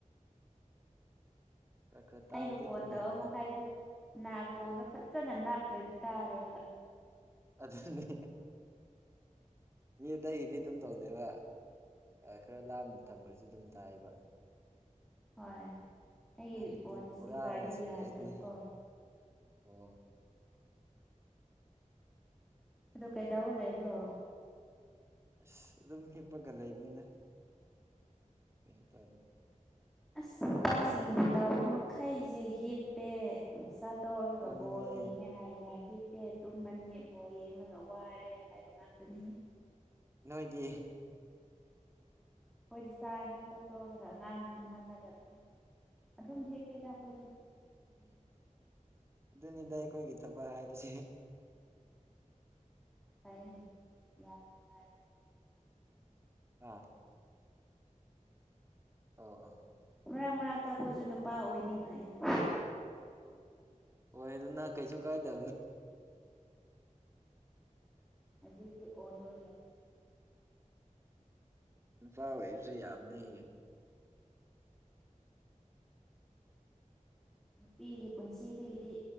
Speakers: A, on the right; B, in the centre.
A: ꯈꯔ ꯈꯔ ꯇꯥꯔꯗꯤ
B: ꯑꯩꯕꯨ ꯐꯣꯟ
A: ꯑꯗꯨꯝ
B: ꯇꯧꯔ
A: ꯌꯥꯔꯦꯗ
B: ꯃꯈꯥꯏꯗꯤ ꯅꯥꯀꯣꯡꯗ
A: ꯎꯝ
B: ꯐꯖꯅ ꯅꯥ ꯆꯠꯇ꯭ꯔꯗꯤ ꯇꯥꯔꯣꯏꯕ
A: ꯑꯗꯨ ꯑꯗꯨꯁꯨꯅꯤ ꯃꯤ ꯑꯇꯩꯒꯤꯗꯤ ꯑꯗꯨꯝ ꯇꯧꯗꯦꯕ ꯈꯔ ꯂꯥꯞꯅ ꯊꯝꯈ꯭ꯔꯁꯨ ꯑꯗꯨꯝ ꯇꯥꯏꯕ
B: ꯍꯣꯏ ꯑꯩꯒꯤ
A: ꯅꯪꯒꯤꯤꯗꯤ
B: ꯐꯣꯟ ꯏꯁꯄꯤꯀꯔꯗꯣ
A: ꯄꯨꯥ ꯁꯤꯔꯤꯌꯁꯅꯤ
B: ꯌꯥꯗ꯭ꯔꯕꯀꯣ
A: ꯑꯣ
B: ꯑꯗꯨ
A: ꯑꯗꯨꯅꯤ
B: ꯀꯩꯗꯧ ꯂꯩꯕ꯭ꯔꯣ
A: ꯑꯁ ꯑꯗꯨꯝ ꯍꯤꯞꯄꯒ ꯂꯩꯕꯅꯤꯅ ꯀꯩꯁꯨ ꯇꯧꯗ
B: ꯑꯁ ꯅꯨꯄꯥꯁꯤꯡꯕꯨ ꯇꯥꯕ ꯃꯈꯩꯁꯦ ꯍꯤꯞꯄꯦ ꯇꯧꯔꯒ
A: ꯇꯨꯝꯃꯦ
B: ꯕꯣꯣꯔ ꯌꯦꯡꯉꯦ ꯍꯥꯏꯕ ꯍꯤꯞꯄꯦ ꯇꯨꯝꯃꯅꯤ
A: ꯎꯝ
B: ꯕꯣ ꯌꯦꯡꯕ ꯈ ꯋꯥꯔꯦ ꯍꯥꯏꯕ ꯉꯥꯛꯇꯅꯤ
A: ꯅꯣꯏꯗꯤ
B: ꯑꯩꯈꯣꯏꯗꯤ ꯆꯥꯛ ꯍꯦꯛ ꯆꯥꯊꯣꯛꯔꯒ ꯑꯉꯥꯡ ꯇꯨꯝꯍꯜꯂꯒ ꯑꯗꯨꯝ ꯑꯗꯨꯝ ꯍꯦꯞꯄꯦꯗ ꯑꯩꯈꯣꯏꯁꯨꯦ
A: ꯎꯝ ꯑꯗꯨꯅꯤꯗ ꯑꯩꯈꯣꯏꯒꯤ ꯊꯕꯛ ꯍꯥꯏꯕꯁꯤ
B: ꯇꯥꯏꯃꯤ ꯌꯥꯝꯥꯏ
A: ꯑꯥ ꯑꯥꯎ ꯑꯥ
B: ꯃꯔꯛ ꯃꯔꯥꯛꯛꯇꯛꯄꯁꯨ ꯅꯨꯄꯥ ꯑꯣꯏꯅꯤꯡꯉ ꯑꯩꯗ
A: ꯑꯣꯏ ꯑꯗꯨꯅꯥ ꯀꯩꯁꯨ ꯀꯥꯏꯗ
B: ꯑꯗꯨꯁ ꯑꯣꯏ ꯑꯣꯏꯅ
A: ꯄꯏꯁꯨ ꯌꯥꯕ ꯅ
B: ꯅꯨꯄꯤꯒꯤ ꯄꯨꯟꯁꯤꯗꯒꯤꯗꯤ